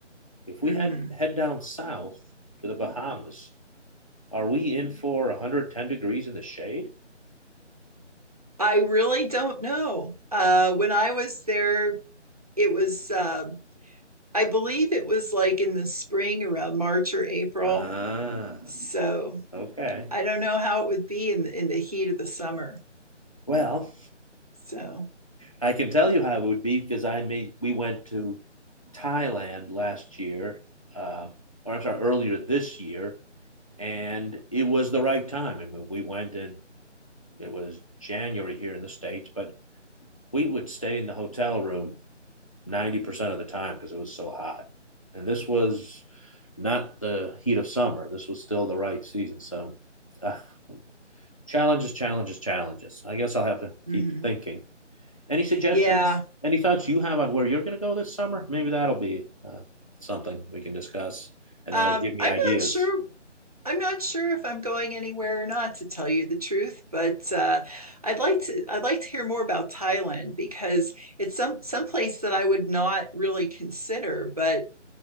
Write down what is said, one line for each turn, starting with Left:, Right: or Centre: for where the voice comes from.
Left: if we
Right: hmm
Left: head head down south to the Bahamas, are we in for 110 degrees in the shade?
Right: i really don't know uh when i was there it was uh, i believe it was like in the spring around march or april
Left: Ah,
Right: so
Left: okay.
Right: I don't know how it would be in the, in the heat of the summer.
Left: Well,
Right: So,
Left: I can tell you how it would be because I made we went to Thailand last year, uh, or I'm sorry, earlier this year, and it was the right time. I mean, we went in it was January here in the states, but we would stay in the hotel room 90% of the time because it was so hot. And this was not the heat of summer. This was still the right season. So, uh, challenges, challenges, challenges. I guess I'll have to
Right: mhm.
Left: keep thinking. Any suggestions?
Right: yeah,
Left: Any thoughts you have on where you're going to go this summer? Maybe that'll be uh, something we can discuss, and
Right: um,
Left: that'll give me
Right: I'm
Left: ideas
Right: not sure. I'm not sure if I'm going anywhere or not, to tell you the truth. But uh, I'd like to. I'd like to hear more about Thailand because it's some some place that I would not really consider. But